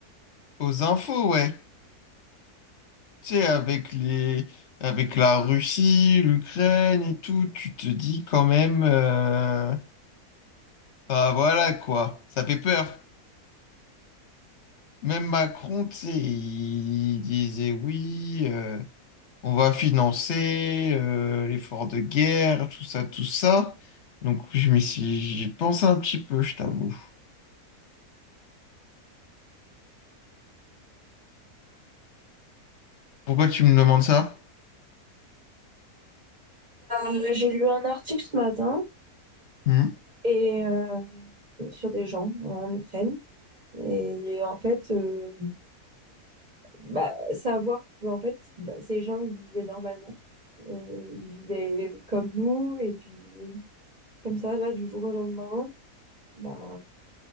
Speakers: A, on the left (about 50°); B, on the right (about 25°).
A: Aux infos, ouais. Tu sais, avec les... avec la Russie, l'Ukraine et tout, tu te dis quand même... euh, Bah voilà, quoi. Ça fait peur. Même Macron, tu sais, il disait oui, euh, on va financer euh, l'effort de guerre, tout ça, tout ça. Donc, je m'y suis... J'y pense un petit peu, je t'avoue. Pourquoi tu me demandes ça?
B: Euh, j'ai lu un article ce matin
A: Hmm
B: et euh, sur des gens en Ukraine et en fait euh, bah, savoir que, en fait bah, ces gens ils vivaient normalement, Euh, ils vivaient comme nous et puis euh, comme ça là du jour au lendemain bah